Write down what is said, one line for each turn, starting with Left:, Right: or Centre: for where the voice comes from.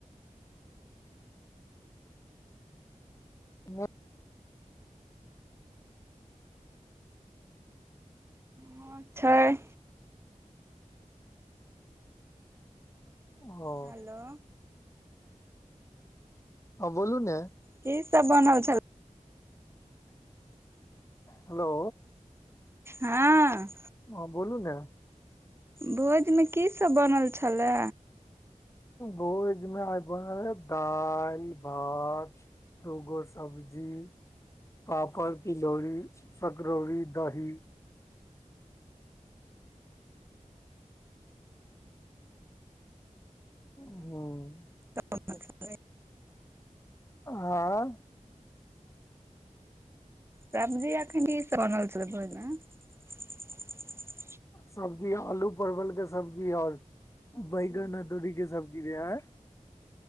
Left: <unintelligible>
Right: हँ छै
Left: ओ
Right: हेलो
Left: हँ बोलू ने
Right: की सब बनल छले
Left: हेलो
Right: हँ
Left: हँ बोलू ने
Right: भोज मे की सब बनल छले
Left: भोज मे आइ बनल रहेय दाल भात दूगो सब्जी पापड़ तिलौरी सकरौरी दही हूँ
Right: ओतय खेबय
Left: आँय
Right: सब्जी अखने सरल छले भोज में <inaudible>
Left: सब्जी आलू परवल के सब्जी आओर बैगन अदौरी के सब्जी रहैय